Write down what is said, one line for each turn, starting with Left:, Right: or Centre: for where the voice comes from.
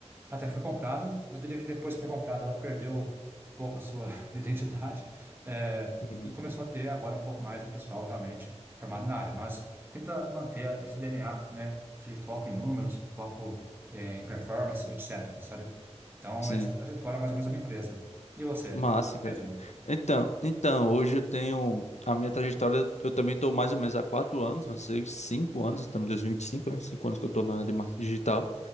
Right: até que foi comprado. Eu diria que depois que foi comprado, ela perdeu um pouco a sua <laughs> identidade, eh,
Left: Uhum.
Right: e começou a ter agora um pouco mais um pessoal realmente formado na área. Mas tenta manter esse DNA, né, de foco em números, foco, eh, em performance, etc. Sabe? Então,
Left: Sim.
Right: essa é a trajetória é mais ou menos da minha empresa. E você,
Left: Massa,
Right: tá em que empresa
Left: cara.
Right: aí?
Left: Então, então, hoje eu tenho a minha trajetória. Eu também estou mais ou menos há quatro anos, você cinco anos, estamos em 2025, né? Cinco anos que eu estou na área de marketing digital.